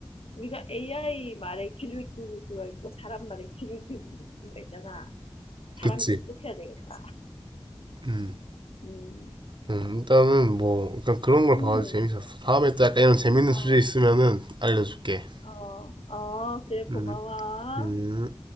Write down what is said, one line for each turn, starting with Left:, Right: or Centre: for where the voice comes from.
Left: 우리가 AI 말에 귀를 기울일 수가 있고 사람 말에 귀를 기울일 수가 있잖아. 사람이
Right: 그치.
Left: 똑똑해야 되겠다.
Right: 음,
Left: 음,
Right: 음, 일단은 뭐 약간 그런 걸
Left: 음,
Right: 봐도 재밌었어. 다음에 또 약간 이런 재밌는
Left: 어,
Right: 주제 있으면은 알려줄게.
Left: 어, 어, 그래, 고마워.
Right: 음, 음.